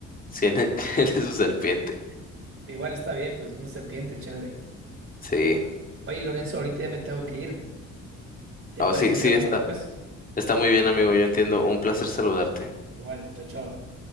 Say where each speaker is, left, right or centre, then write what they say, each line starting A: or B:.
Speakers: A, on the left; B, on the right.
A: tiene, <laughs> tiene su serpiente.
B: Igual está bien, pues una serpiente, chévere.
A: Sí,
B: Oye, Lorenzo, ahorita ya me tengo que ir. ¿Te
A: no,
B: parece
A: sí, sí,
B: si hablamos
A: está,
B: después?
A: está muy bien, amigo. Yo entiendo. Un placer saludarte.
B: Igual, chao, chao.